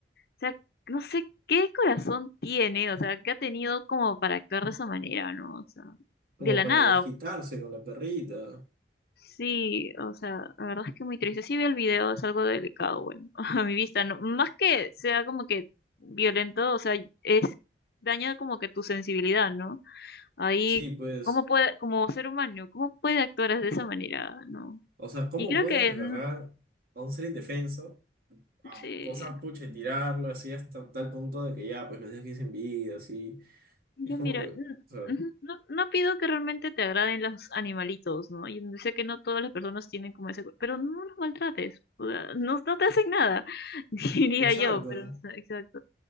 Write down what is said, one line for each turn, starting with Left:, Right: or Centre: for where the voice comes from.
Left: sea, no sé qué corazón tiene, o sea, que ha tenido como para actuar de esa manera, ¿no? O sea,
Right: como
Left: de la
Right: para
Left: nada,
Right: desquitarse con la perrita.
Left: Sí, o sea, la verdad es que muy triste. Sí vi el video, es algo delicado, bueno, <laughs> a mi vista, no, más que sea como que violento, o sea, es daña como que tu sensibilidad, ¿no? Ahí,
Right: Sí, pues,
Left: ¿cómo puede, como ser humano, cómo puede actuar de esa manera, ¿no?
Right: o sea, ¿cómo
Left: Y creo
Right: puedes
Left: que,
Right: agarrar
Left: mm,
Right: a un ser indefenso, a,
Left: sí,
Right: o sea, pucha, y tirarlo así hasta tal punto de que ya, pues, los dejes sin vida, así?
Left: yo
Right: Es como
Left: mira,
Right: que, o
Left: mm,
Right: sea,
Left: ujú, no, no pido que realmente te agraden los animalitos, ¿no? Yo sé que no todas las personas tienen como ese, pero no los maltrates, o sea, no, no te hacen nada, <laughs>
Right: exacto.
Left: diría yo, pero, o sea, exacto.